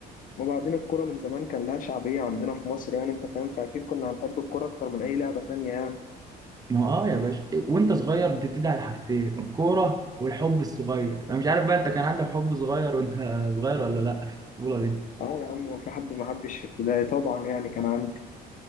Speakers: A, on the left (about 50°); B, on the right (about 20°).
A: وبعدين الكرة من زمان كان لها شعبية عندنا في مصر يعني أنت فاهم فأكيد كنا هنحب الكرة أكتر من أي لعبة تانية يعني
B: ما هو اه يا باشا وانت صغير بتبتدي على حاجتين الكوره والحب الصغير انا مش عارف بقى انت كان عندك حب صغير وانت صغير ولا لا في الطفوله دي
A: أه يا عم هو في حد ما حبش في ابتدائي طبعا يعني كان عندي